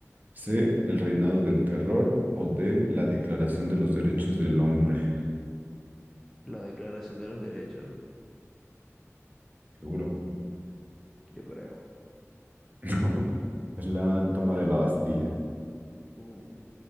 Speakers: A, on the right; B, in the centre.
A: C, el reinado del terror o D, la declaración de los derechos del hombre.
B: La Declaración de los Derechos,
A: Seguro.
B: yo creo.
A: <laughs> Es la toma de la Bastilla.
B: Uh,